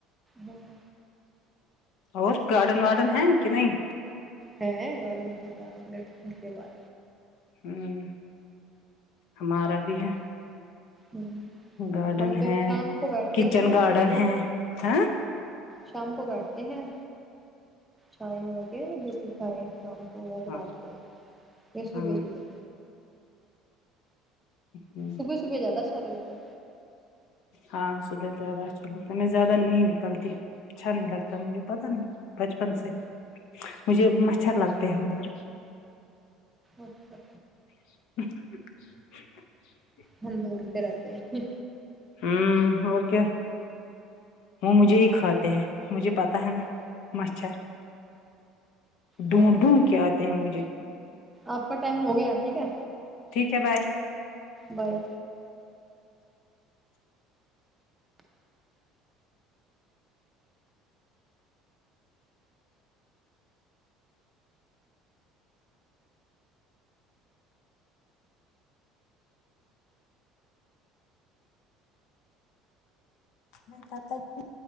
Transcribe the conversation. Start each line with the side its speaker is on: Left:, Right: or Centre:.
Centre: ہاں
Left: اور گارڈن وارڈن ہیں کہ نہیں
Centre: ہے گارڈن کے باہر لیفٹ کے بار
Left: ہوں ہمارا بھی ہے
Centre: ہوں
Left: گارڈن
Centre: ہم تو
Left: ہے
Centre: شام کو بیٹھتے
Left: کچن
Centre: ہیں اس میں
Left: گارڈن
Centre: شام کو
Left: ہے ہاں
Centre: شام کو بیٹھتے ہیں چائے آئی ہیں بالکل چائے شام کو یا تو
Left: ہاں
Centre: رات کو یا صبح
Left: ہاں
Centre: صبح
Left: ہ
Centre: صبح صبح ذیادہ اچھا لگتا ہے
Left: ہاں صبح زیادہ اچھا لگتا میں زیادہ نہیں نکلتی اچھا نہیں لگتا مجھے پتہ نہیں بچپن سے مجھے مچھر لگتے ہیں ادھر
Centre: اچھا
Left: <unintelligible>
Centre: ہم گھومتے رہتے ہیں
Left: ہمم اور کیا وہ مجھے ہی کھاتے ہیں مجھے پتہ ہے نا مچھر ڈھونڈ
Centre: ہاں
Left: ڈھونڈ کے آتے ہیں مجھے
Centre: آپ کا ٹائم ہو گیا ٹھیک ہے
Left: ٹھیک ہے بھائی
Centre: بائے
Left: <unintelligible>